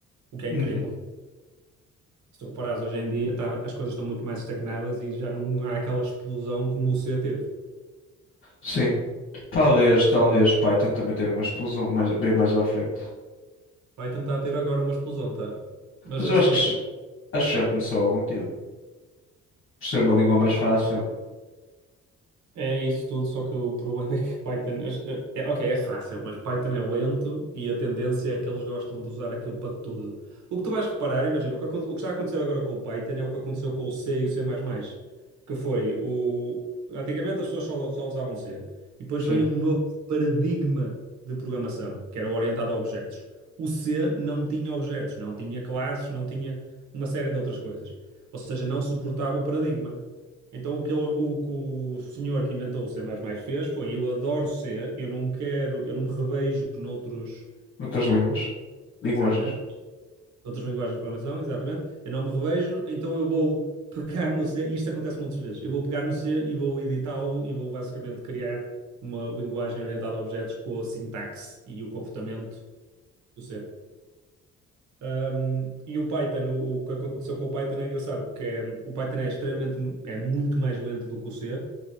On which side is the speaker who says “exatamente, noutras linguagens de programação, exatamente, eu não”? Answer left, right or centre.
Right